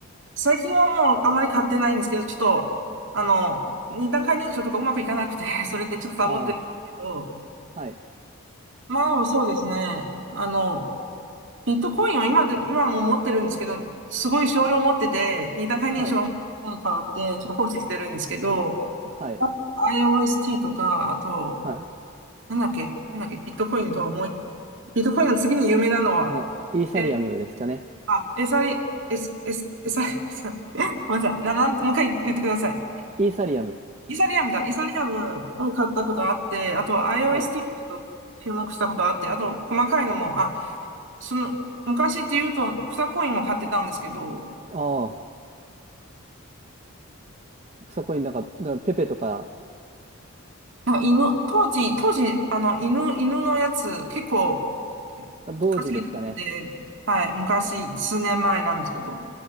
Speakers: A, on the right (about 60°); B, on the right (about 30°).
A: 最近はもうあまり買ってないんですけど、ちょっと、あの、二段階認証とかうまくいかなくて、<laughs> それでちょっとサボってるんですけど、
B: ああ、はい、
A: まあそうですね。あの、ビットコインは今で、今も持ってるんですけど、すごい少量持ってて、二段階認証がうまくいかないに変わって、
B: はい、
A: ちょっと放置してるんですけど、
B: はい、
A: あ IOST とか、あと、
B: はい。
A: なんだっけ、なんだっけ、ビットコインともうい、ビットコインの次に有名なのは、
B: あイーサリアムですかね。
A: えあ、エサリ、エス、エス、エサ、<laughs> ごめんなさい。な、なん、もう一回言ってください。
B: イーサリアム。
A: イサリアムだ。イサリアムを買ったことあって、あと iOST
B: はい。
A: ちょっと注目したことあって、あと細かいのも、あ、その、昔って言うと草コインも買ってたんですけど、
B: ああ、草コインなんか、なんかペペとか、
A: なんか犬、当時、当時、あの、犬、犬のやつ結構、昔で、
B: 同時ですかね。
A: はい、昔、数年前なんですけど、